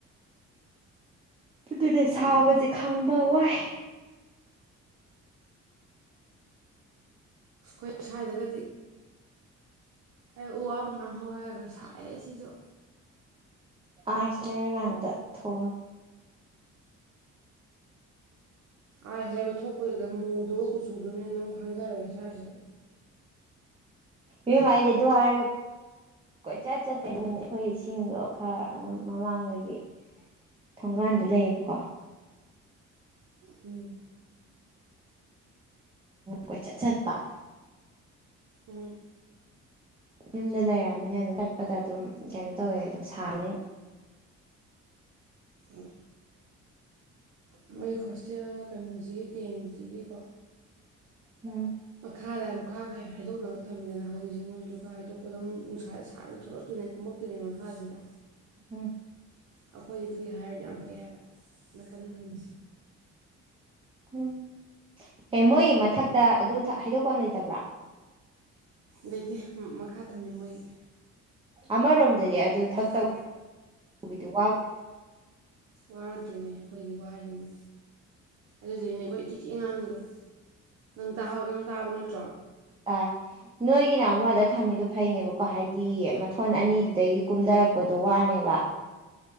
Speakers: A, on the right; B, on the right.
A: ꯑꯗꯨꯅ
B: ꯑꯗꯨꯏꯅꯤ
A: ꯁꯥꯕꯁꯦ ꯈꯪꯕ ꯋꯥꯏ
B: ꯣꯏ ꯁꯋꯥꯗꯒꯗꯤ ꯍꯥꯏ ꯎ ꯋꯥꯕꯨꯗꯤ ꯃ ꯍꯧꯋꯦ ꯍꯥꯏꯔꯒ ꯁꯥꯏ ꯁꯤꯁꯨ
A: ꯑꯁꯦꯔ ꯀꯥꯟꯗ ꯊꯣꯝ
B: ꯑꯥꯏꯁꯤ ꯂꯩꯕ ꯊꯣꯛꯄꯗꯨꯗ ꯃꯨꯗꯨꯒ ꯀꯨꯆꯨꯗꯨꯅꯦꯅ ꯑꯗꯨꯝ ꯈꯪꯖꯔꯒꯦ ꯁ꯭ꯋꯥꯏꯁꯤꯗ
A: ꯏꯦꯝꯃꯥꯏꯗꯤ ꯑꯗꯨ ꯍꯥꯏꯔꯒ ꯀꯣꯏꯆꯠ ꯆꯠꯇꯦ ꯑꯩꯈꯣꯏ ꯏꯁꯤꯡꯗꯣ ꯈꯔ ꯑꯗꯨꯝ ꯃꯃꯥꯡꯗꯒꯤ ꯊꯣꯡꯒꯥꯟꯗ ꯂꯩꯌꯦꯕꯀꯣ
B: ꯍꯝ
A: ꯀꯣꯏ ꯆꯠ ꯆꯠꯄ
B: ꯎꯝ
A: ꯌꯨꯝꯗ ꯂꯩꯔꯕꯔꯕꯅꯤꯅ ꯑꯗꯨꯝ ꯆꯠꯄꯗ ꯑꯗꯨꯝ ꯀꯩꯅꯣ ꯇꯧꯋꯦ ꯑꯗꯣ ꯁꯥꯕꯅꯤꯅ
B: ꯎꯝ ꯑꯩꯣꯏ ꯍꯣꯁꯇꯦꯜ ꯀꯩꯅꯣꯁꯤꯒꯤ ꯇꯦꯟꯁꯤꯒꯤꯀꯣ
A: ꯎꯝ
B: ꯃꯈꯥꯗ ꯂꯨꯈꯥ ꯍꯥꯏꯗꯣꯛꯅꯕ ꯊꯝꯕꯤꯗꯅ ꯍꯧꯖꯤꯛꯁꯦ ꯃꯣꯏꯁ ꯂꯨꯈꯥ ꯍꯥꯏꯗꯣꯛꯄ ꯑꯗꯨꯝ ꯅꯨꯡꯁꯥ ꯁꯥꯔ ꯊꯣꯛꯂꯛꯇꯣꯏꯅꯦ ꯀꯨꯝꯃꯛꯇꯣꯏꯅꯦ ꯃꯈꯥꯁꯤꯗ
A: ꯎꯝ
B: ꯑꯩꯈꯣꯏ ꯑꯗꯨꯒꯤ ꯍꯥꯏꯔꯗꯤ ꯌꯥꯝ ꯐꯩ ꯍꯥꯏꯕ ꯅꯥꯀꯟꯗ ꯊꯝꯃꯤꯁꯤ
A: ꯎꯝ ꯑꯦ ꯃꯣꯏ ꯃꯊꯛꯇ ꯑꯗꯨ ꯍꯥꯏꯗꯣꯛꯄ ꯑꯃ ꯂꯩꯇꯕ꯭ꯔꯥ
B: ꯂꯩꯇꯦ ꯃꯈꯥ ꯊꯝꯃꯤ ꯃꯣꯏꯒꯤ
A: ꯑꯃꯥ ꯔꯣꯝ ꯑꯗꯨꯗꯤ ꯑꯗꯨ ꯊꯛ
B: ꯃꯈꯥ
A: ꯇꯧ ꯕꯤꯗꯨ ꯋꯥ
B: ꯋꯥꯔꯗ꯭ꯔꯤꯅꯦ ꯑꯩꯈꯣꯏꯗꯤ ꯋꯥꯗꯅꯦ ꯑꯗꯨꯗꯨꯅꯦ ꯑꯩꯈꯣꯏ ꯇꯤꯊꯤ ꯑꯉꯥꯡꯗꯣ ꯎ ꯅꯪ ꯇꯥꯍ ꯅꯪ ꯇꯥꯕ ꯅꯠꯇ꯭ꯔꯣ
A: ꯑꯥꯏ ꯅꯣꯏꯒꯤꯅ ꯑꯃꯨꯛ ꯑꯗ ꯊꯝꯃꯤꯗꯣ ꯐꯩꯅꯦꯕꯀꯣ ꯍꯥꯏꯗꯤ ꯊꯣꯟ ꯑꯅꯤꯗꯨꯗꯒꯤ ꯀꯨꯝꯊꯔꯛꯄꯗꯣ ꯋꯥꯅꯦꯕ